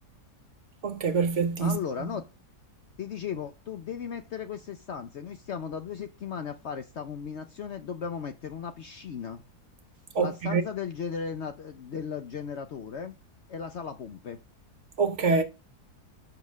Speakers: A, on the right; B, on the left.
A: Ok, perfettissimo.
B: Allora, no, ti dicevo, tu devi mettere queste stanze, noi stiamo da due settimane a fare sta combinazione e dobbiamo mettere una piscina,
A: Ok,
B: la stanza del, genera- del generatore e la sala pompe.
A: ok.